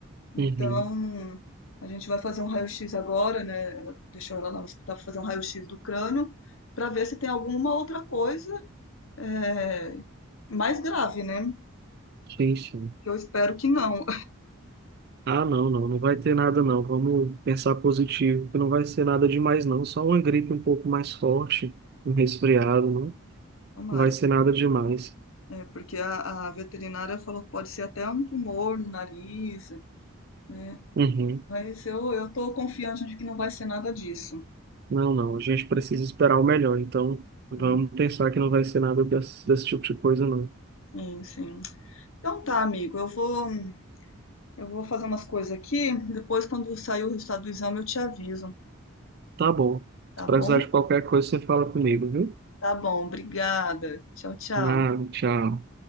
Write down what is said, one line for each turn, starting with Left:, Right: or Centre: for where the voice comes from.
Left: Então,
Right: uhum.
Left: a gente vai fazer um raio-x agora, né? Ela deixou ela lá no hospital para fazer um raio-x do crânio, para ver se tem alguma outra coisa é, mais grave, né?
Right: Sim, sim.
Left: Eu espero que não.
Right: Ah, não, não, não vai ter nada não. Vamos pensar positivo, que não vai ser nada demais não. Só uma gripe um pouco mais forte, um resfriado, não.
Left: <laughs> Tomara.
Right: Não vai ser nada demais.
Left: É, porque a, a veterinária falou que pode ser até um tumor no nariz, né?
Right: Uhum.
Left: Mas eu, eu tô confiante de que não vai ser nada disso.
Right: Não, não, a gente precisa esperar o melhor. Então, vamos
Left: né?
Right: pensar que não vai ser nada desse, desse tipo de coisa não.
Left: Sim, sim. Então tá, amigo, eu vou, eu vou fazer umas coisas aqui. Depois, quando sair o resultado do exame, eu te aviso.
Right: Tá bom.
Left: Tá
Right: Se precisar
Left: bom?
Right: de qualquer coisa, você fala comigo, viu?
Left: Tá bom, obrigada. Tchau, tchau.
Right: Ah, tchau.